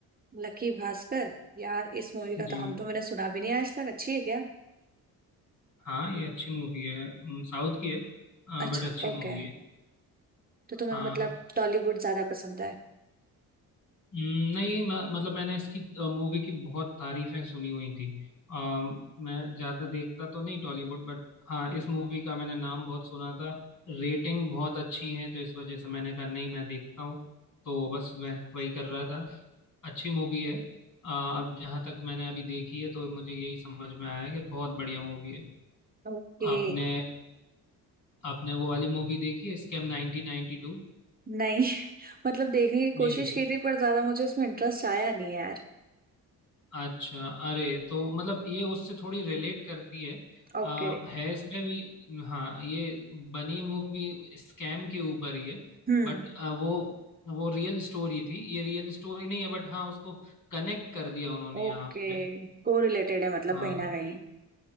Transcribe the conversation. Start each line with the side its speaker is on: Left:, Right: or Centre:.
Right: लकी भास्कर यार इस मूवी
Left: जी
Right: का तो हम तो मैंने सुना भी नहीं आज तक अच्छी है क्या
Left: हाँ ये अच्छी मूवी है अम, साउथ की है
Right: अच्छा
Left: बट अच्छी मूवी
Right: ओके
Left: है
Right: तो तुम्हें
Left: हाँ
Right: मतलब टॉलीवुड ज्यादा पसंद है
Left: अम, नहीं म, मतलब मैंने इसकी मूवी की बहुत तारीफें सुनी हुई थी अम, मैं ज़्यादा देखता तो नहीं टॉलीवुड बट हाँ इस मूवी का मैंने नाम बहुत सुना था रेटिंग बहुत अच्छी है तो इस वजह से मैंने कहा नहीं मैं देखता हूँ तो बस मैं वही कर रहा था अच्छी मूवी है आ, अब जहाँ तक मैंने अभी देखी है तो मुझे यही समझ में आया है कि बहुत बढ़िया मूवी है
Right: ओके
Left: आपने आपने वो वाली मूवी देखी है स्कैम 1992
Right: नहीं <laughs> मतलब देखने की
Left: नहीं
Right: कोशिश
Left: देखी
Right: की थी पर ज्यादा मुझे उसमें इंटरेस्ट आया नहीं यार
Left: अच्छा अरे तो मतलब ये उससे थोड़ी रिलेट करती है
Right: ओके
Left: आ, है इसमें भी हाँ ये बनी मूवी स्कैम के ऊपर ही है
Right: हम्म
Left: बट वो वो रियल स्टोरी थी ये रियल स्टोरी नहीं है बट हाँ उसको कनेक्ट कर दिया उन्होंने
Right: ओके
Left: यहाँ पे
Right: को रिलेटेड है मतलब
Left: हाँ
Right: कहीं ना कहीं